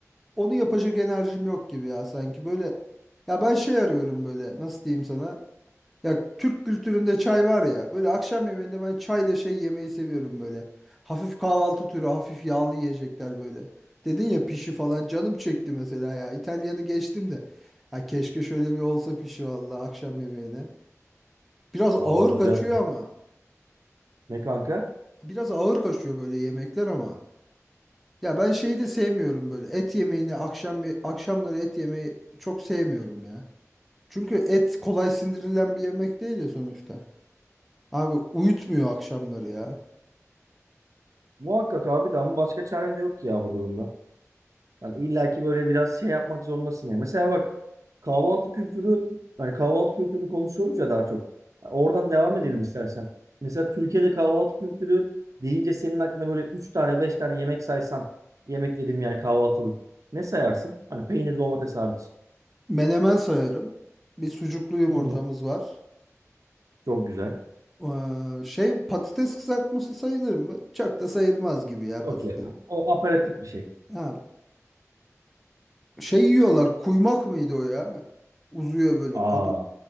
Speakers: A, in the centre; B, on the right.
A: onu yapacak enerjim yok gibi ya sanki böyle. Ya ben şey arıyorum böyle nasıl diyeyim sana? Ya Türk kültüründe çay var ya. Böyle akşam yemeğinde ben çayla şey yemeyi seviyorum böyle. Hafif kahvaltı türü, hafif yağlı yiyecekler böyle. Dedin ya pişi falan canım çekti mesela ya. İtalyanı geçtim de. Ya keşke şöyle bir olsa pişi valla akşam yemeğine. Biraz
B: Valla
A: ağır
B: güzel.
A: kaçıyor ama.
B: Ne kanka?
A: Biraz ağır kaçıyor böyle yemekler ama. Ya ben şeyi de sevmiyorum böyle. Et yemeğini akşam ye- akşamları et yemeyi çok sevmiyorum ya. Çünkü et kolay sindirilen bir yemek değil ya sonuçta. Abi uyutmuyor akşamları ya.
B: Muhakkak abi de ama başka çaren de yok ki ya bu durumda. Hani illaki böyle biraz şey yapmak zorundasın yani. Mesela bak kahvaltı kültürü hani kahvaltı kültürünü konuşuyoruz ya daha çok. Oradan devam edelim istersen. Mesela Türkiye'de kahvaltı kültürü deyince senin aklına böyle 3 tane 5 tane yemek saysan yemek dediğim yani kahvaltılık ne sayarsın? Hani peynir domates hariç.
A: Menemen sayarım. Bir sucuklu yumurtamız
B: Hı hı.
A: var.
B: Çok güzel.
A: Ee, şey patates kızartması sayılır mı? Çok da sayılmaz gibi ya patates.
B: Yok ya. O aperatif bir şey.
A: Ha, şey yiyorlar. Kuymak mıydı o ya? Uzuyor böyle.
B: Aa,
A: Adı,